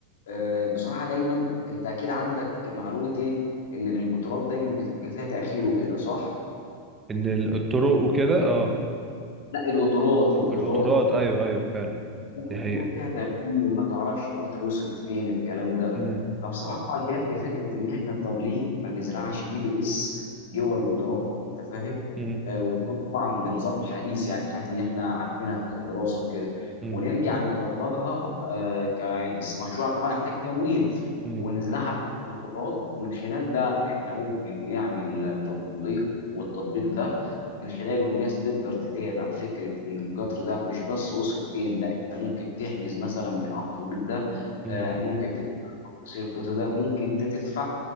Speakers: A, on the left; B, on the right.
A: آه، بصراحه دايما انت اكيد عندك معلومه ايه ان القطارات دايما بتبقى فيها تاخير وكده صح
B: ان ال- الطرق وكده اه
A: لا القطارات القطارات
B: القطارات ايوه ايوه فعلا
A: دايما
B: دي حقيقة
A: بيكون فيها تغيير ما تعرفش القطر وصل فين الكلام ده
B: م-
A: فبصراحه جات لي فكره ان احنا طب ليه ما نزرعش جي بي اس جوه القطارات انت فاهم
B: م-
A: آه ويكون طبعا بنظام حديث يعني الحاجات اللي احنا عارفينها كدراسه وكده
B: م-
A: ونرجع نطبقها آه ك بس مشروع طبعا يحتاج تمويل
B: م-
A: ونزرعها في القطارات ومن خلال ده احنا ممكن نعمل آه، تطبيق والتطبيق ده من خلاله الناس تقدر تتابع فكرة إن القطر ده مش بس وصل فين لا أنت ممكن تحجز مثلا من على التطبيق ده
B: م-
A: آه، ممكن تدفع تفاصيل القطر ده ممكن أنت تدفع